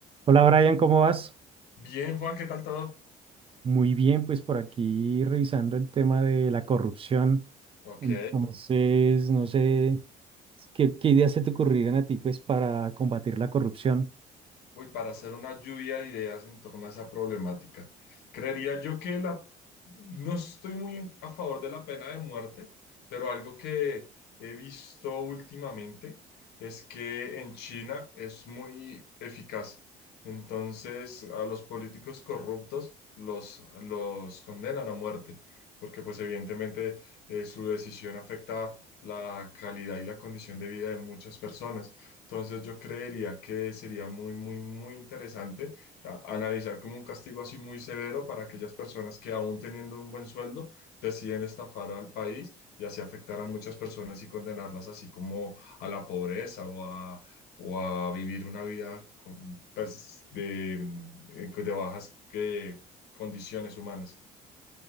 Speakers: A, on the right; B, on the left.
A: Hola Brian, ¿cómo vas?
B: Bien, Juan, ¿qué tal todo?
A: Muy bien, pues por aquí revisando el tema de la corrupción.
B: Ok.
A: Entonces, no sé, ¿qué, qué ideas se te ocurrirían a ti pues para combatir la corrupción?
B: Uy, para hacer una lluvia de ideas en torno a esa problemática. Creería yo que la... no estoy muy en- a favor de la pena de muerte, pero algo que he visto últimamente es que en China es muy eficaz. Entonces, a los políticos corruptos los, los condenan a muerte, porque pues evidentemente eh, su decisión afecta la calidad y la condición de vida de muchas personas. Entonces yo creería que sería muy, muy, muy interesante ta- analizar como un castigo así muy severo para aquellas personas que aún teniendo un buen sueldo deciden estafar al país y así afectar a muchas personas y condenarlas así como a la pobreza o a, o a vivir una vida con, pues, de, mm, eh, de bajas eh, condiciones humanas.